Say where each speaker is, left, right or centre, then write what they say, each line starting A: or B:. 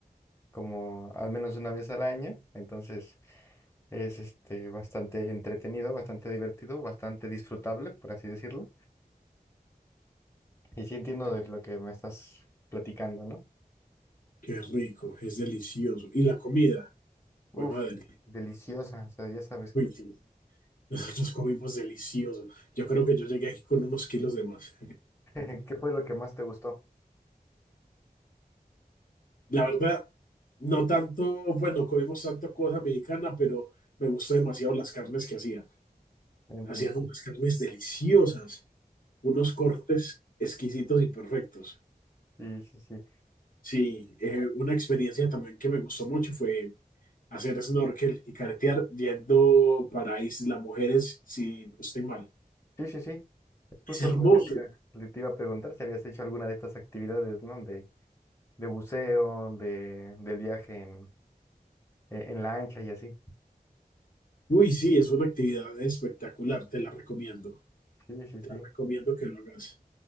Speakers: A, on the left; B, on the left.
A: como al menos una vez al año, entonces es este bastante entretenido, bastante divertido, bastante disfrutable, por así decirlo. Y sí entiendo
B: Qué
A: de lo que me estás platicando, ¿no?
B: qué rico, es delicioso. Y la comida,
A: Uf,
B: fue madre.
A: deliciosa, o sea, ya sabes,
B: Uy, sí. Nosotros comimos delicioso. Yo creo que yo llegué aquí con unos kilos de más.
A: <laughs> ¿qué fue lo que más te gustó?
B: La verdad, no tanto, bueno, comimos tanta cosa mexicana, pero me gustó demasiado las carnes que hacían.
A: Entiendo.
B: Hacían unas carnes deliciosas, unos cortes exquisitos y perfectos.
A: Sí, sí, sí.
B: Sí, eh, una experiencia también que me gustó mucho fue hacer snorkel y caretear yendo para Isla Mujeres, si no estoy mal.
A: Sí, sí, sí. Es justo
B: Es hermoso.
A: lo que te iba, le- te iba a preguntar, si habías hecho alguna de estas actividades, ¿no? De, de buceo, de, del viaje en, eh, en lancha y así.
B: Uy, sí, es una actividad espectacular, te la recomiendo.
A: Sí, sí,
B: Te
A: sí.
B: recomiendo que lo hagas.